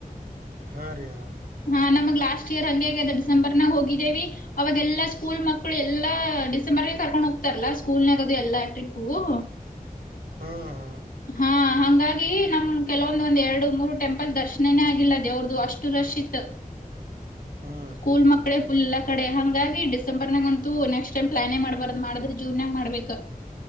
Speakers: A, on the right; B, on the left.
A: ಹಾ ರೀ ಹಾ
B: ಹಾ ನಮಗ್ ಲಾಸ್ಟ್ ಇಯರ್ ಹಹಂಗ ಆಗಿದೆ ಡಿಸೆಂಬರ್ನಾಗ ಹೋಗಿದ್ದೇವಿ ಅವಾಗೆಲ್ಲಾ ಸ್ಕೂಲ್ ಮಕ್ಳು ಎಲ್ಲಾ ಡಿಸೆಂಬರ್ ಗೆ ಕರ್ಕೊಂಡ್ ಹೋಗ್ತಾರಲ್ಲಾ ಸ್ಕೂಲ್ನಗದು ಎಲ್ಲಾ ಟ್ರಿಪ್ಪು. <inaudible>
A: ಹಾ ಹಾ
B: ಹಾ ಹಂಗ ಹಂಗಾಗಿ ನಮ್ ಕೆಲವೊಂದ ಒಂದ್ ಎರಡು ಮೂರು ಟೆಂಪಲ್ ದರ್ಶನನೇ ಆಗಿಲ್ಲ ದೇವ್ರ್ದು ಅಷ್ಟು ರಶ್ ಇತ್ತು. <inaudible>
A: ಹಾ
B: ಸ್ಕೂಲ್
A: ಹಾ
B: ಮಕ್ಕಳೆ ಇಲ್ಲ ಕಡೆ ಹಂಗಾಗಿ ಡಿಸೆಂಬರ್ನಾಗಂತ ನೆಕ್ಸ್ಟ್ ಟೈಮ್ ಪ್ಲಾನೇ ಮಾಡ್ಬಾರ್ದು ಮಾಡಿದ್ರೆ ಜೂನ್ದಾಗ ಮಾಡ್ಬೇಕ.